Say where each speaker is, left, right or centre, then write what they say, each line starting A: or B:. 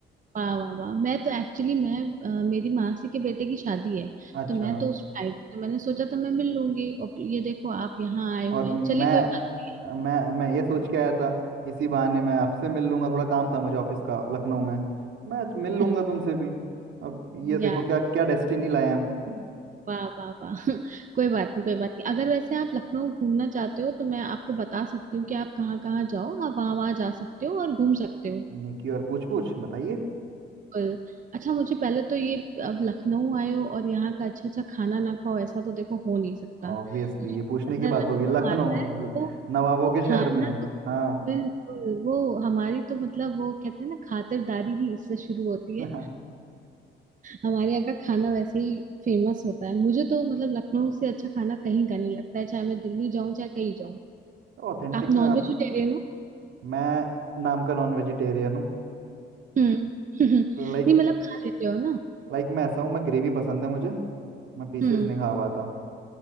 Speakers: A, on the right (about 40°); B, on the right (about 70°).
A: वाह वाह वाह मैं तो एक्चुअली मैं अ, मेरी मासी के बेटे की शादी है
B: अच्छा
A: तो मैं तो उस आई थी तो मैंने सोचा था मैं मिल लूंगी और ये देखो आप यहाँ आए
B: और
A: हुए
B: मैं
A: हैं चलिए कोई बात नहीं
B: मैं मैं ये सोच के आया था इसी बहाने मैं आपसे मिल लूंगा थोड़ा काम था मुझे ऑफिस का लखनऊ में मैं मिल लूंगा
A: अच्छा
B: तुमसे भी अब ये देखो
A: यार
B: क्या क्या डेस्टिनी लाया हम
A: वाह वाह वाह <laughs> कोई बात नहीं कोई बात नहीं अगर वैसे आप लखनऊ घूमना चाहते हो तो मैं आपको बता सकती हूँ कि आप कहाँ कहाँ जाओ आप वहाँ वहाँ जा सकते हो और घूम सकते हो
B: निकी और पूछ पूछ बताइए
A: बिल्कुल। अच्छा मुझे पहले तो ये अब लखनऊ आए हो और यहाँ का अच्छा अच्छा खाना ना खाओ ऐसा तो देखो हो नहीं सकता
B: ऑब्वियसली
A: क्योंकि
B: ये पूछने
A: बंदा
B: की बात
A: लखनऊ
B: होगी लखनऊ
A: आता है
B: ल-
A: वो
B: नवाबों
A: वो
B: के शहर
A: खाना
B: में
A: तो
B: हाँ
A: बिल्कुल वो हमारी तो मतलब वो कहते हैं ना खातिरदारी ही इससे शुरू होती
B: <laughs>
A: है हमारे यहाँ का खाना वैसे ही फेमस होता है मुझे तो मतलब लखनऊ से अच्छा खाना कहीं का नहीं लगता है चाहे मैं दिल्ली जाऊं चाहे कहीं जाऊं
B: ऑथेंटिक
A: आप नॉन
B: में आप
A: वेजिटेरियन हो
B: मैं नाम का नॉन वेजिटेरियन हूँ
A: हम्म <laughs>
B: लाइक
A: नहीं मतलब खा लेते हो ना
B: लाइक मैं ऐसा हूँ मैं ग्रेवी पसंद है मुझे मैं पीसेस
A: हम्म
B: नहीं खा पाता